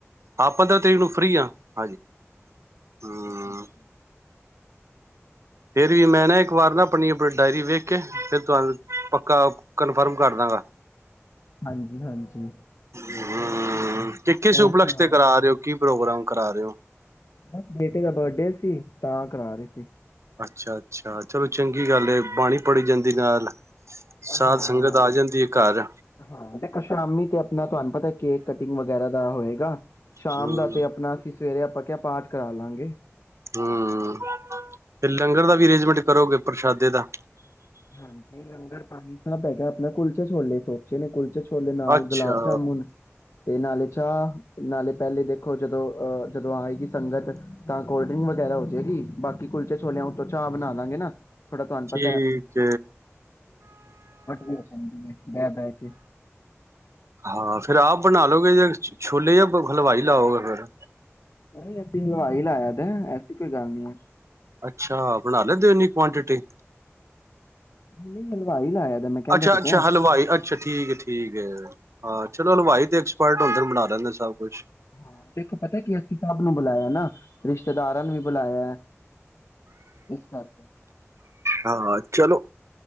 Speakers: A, on the right; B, on the left.
A: ਹਾਂ ਪੰਦਰਾਂ ਤਰੀਕ ਨੂੰ ਫ੍ਰਰੀ ਹਾਂਜੀ
B: <inaudible>
A: ਹੂੰ ਫਿਰ ਵੀ ਮੈਂ ਨਾ ਇੱਕ ਵਾਰ ਨਾ ਆਪਣੀ ਆਪਣੀ ਡਾਇਰੀ ਵੇਖ ਕੇ ਫਿਰ ਤੁਹਾਨੂੰ ਪੱਕਾ ਕਨਫਰਮ ਕਰ ਦਾਂਗਾ
B: ਹਾਂਜੀ -ਹਾਂਜੀ
A: ਹਾਂ <unintelligible> ਕਿ ਕਿਸ
B: ਹੋਰ
A: ਉਪਲਸ਼
B: ਸੁਣਾਓ
A: ਤੇ ਕਰਾ ਰਹੇ ਹੋ। ਕੀ ਪ੍ਰੋਗਰਾਮ ਕਰਾ ਰਹੇ ਹੋ।
B: ਬਸ ਬੇਟੇ ਦਾ ਬਰਡੇ ਸੀ ਤਾਂ ਕਰਾ ਰਹੇ ਸੀ-
A: ਅੱਛਾ -ਅੱਛਾ ਚਲੋ ਚੰਗੀ ਗੱਲ ਬਾਣੀ ਪੜੀ ਜਾਂਦੀ ਨਾਲ ਸਾਧ
B: ਹਾਂ
A: ਸੰਗਤ ਆ ਜਾਂਦੀ ਏ ਘਰ
B: ਹਾਂ ਸ਼ਾਮੀ ਤੇ ਆਪਣਾ ਤੁਹਾਨੂੰ ਪਤਾ ਕੇਕ ਕਟਿੰਗ ਵਗੈਰਾ ਤਾਂ ਹੋਏਗਾ। ਸ਼ਾਮ
A: ਹੂੰ
B: ਦਾ ਤੇ ਆਪਣਾ ਅਸੀਂ ਸਵੇਰੇ ਆਪਾਂ ਕਿਆ ਪਾਠ ਕਰਾ ਲਾਂਗੇ
A: ਹਮ ਫਿਰ ਲੰਗਰ ਦਾ ਵੀ ਅਰੇਂਜਮੈਂਟ ਕਰੋਗੇ ਪ੍ਰਸ਼ਾਦੇ ਦਾ
B: ਹਾਂਜੀ ਲੰਗਰ ਪਾਣੀ ਹੈਗਾ ਆਪਣਾ ਕੁਲਚੇ ਛੋਲੇ ਸੋਚੇ ਨੇ ਕੁਲਚੇ ਛੋਲੇ ਨਾਲ
A: ਅੱਛਾ।
B: ਗੁਲਾਬ ਜਾਮੁਨ ਤੇ ਨਾਲੇ ਅੱਛਾ ਨਾਲੇ ਪਹਿਲੇ ਦੇਖੋ ਜਦੋਂ ਆਏਗੀ ਸੰਗਤ ਤਾਂ ਕੋਲਡ ਡਰਿੰਕ ਵਗੈਰਾ ਹੋ ਜਾਏਗੀ ਬਾਕੀ ਕਿ ਕੁਲਚੇ ਛੋਲਿਆ ਉਤੋਂ ਚਾਹ ਬਣਾ ਲਾਂਗੇ ਨਾ ਥੋੜ੍ਹਾ ਤੁਹਾਨੂੰ ਪਤਾ
A: ਠੀਕ
B: ਹੈ। ਵੀ ਹੋ ਜਾਂਦੀ ਹੈ ਬਹਿ ਬਹਿ ਕੇ
A: ਹਾਂ ਫਿਰ ਆਪ ਬਣਾ ਲਓਗੇ। ਛੋਲੇ ਜਾਂ ਹਲਵਾਈ ਲਾਓਗੇ ਫੇਰ।
B: ਨਹੀਂ ਅਸੀ ਹਲਵਾਈ ਲਾਇਆ ਹੈ ਐਸੀ ਕੋਈ ਗੱਲ ਨਹੀਂ ਹੈ।
A: ਅੱਛਾ ਬਣਾ ਲੈਂਦੇ ਇਨੀ ਕੁਆਂਟਿਟੀ।
B: ਨਹੀਂ ਨਹੀਂ ਹਲਵਾਈ ਲਾਇਆ ਦਾ ਮੈਂ ਕਹਿੰਦਾ
A: ਅੱਛਾ-ਅੱਛਾ
B: ਤੇ ਪਿਆ
A: ਹਲਵਾਈ ਅੱਛਾ ਠੀਕ ਏ ਠੀਕ ਏ ਹਾਂ ਚਲੋ ਹਲਵਾਈ ਤੇ ਐਕਸਪਰਟ ਹੁੰਦੇ ਬਨਾ ਦਿੰਦੇ ਨੇ ਸਭ ਕੁਛ।
B: ਹਾਂ ਦੇਖੋ ਪਤਾ ਕੀ ਅਸੀਂ ਸਭ ਨੂੰ ਬੁਲਾਇਆ ਨਾ ਰਿਸ਼ਤੇਦਾਰਾਂ ਨੂੰ ਵੀ ਬੁਲਾਇਆ। ਇਸ ਕਰਕੇ
A: ਹਮ ਹਾਂ ਚਲੋ।